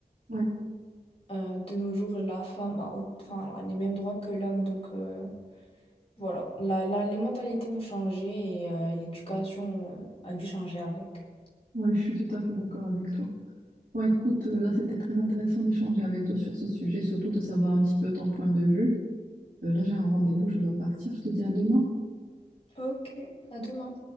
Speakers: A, on the right; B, on the left.
A: Ouais,
B: Euh, de nos jours, la femme a, au- enfin, elle a les mêmes droits que l'homme. Donc euh, voilà, la, la- les mentalités ont changé et euh, l'éducation euh, a dû changer avec.
A: ouais, je suis tout à fait d'accord avec toi. Bon, écoute, euh, là, c'était très intéressant d'échanger avec toi sur ce sujet, surtout de savoir un petit peu ton point de vue. Euh, là, j'ai un rendez-vous, je dois partir. Je te dis à demain.
B: Ok, à demain.